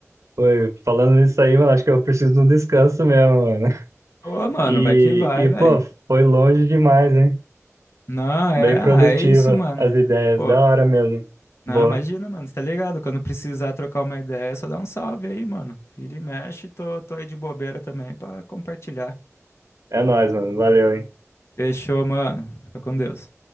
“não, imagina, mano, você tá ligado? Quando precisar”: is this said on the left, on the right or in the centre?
Left